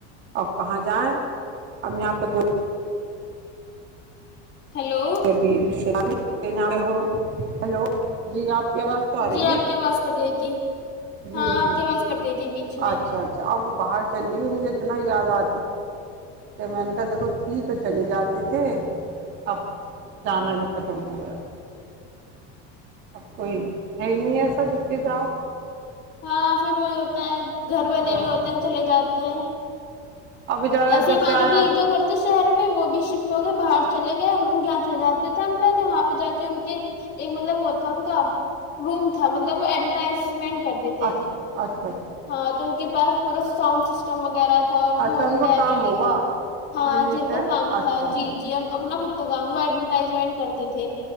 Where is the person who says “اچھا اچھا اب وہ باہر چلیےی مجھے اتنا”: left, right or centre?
Right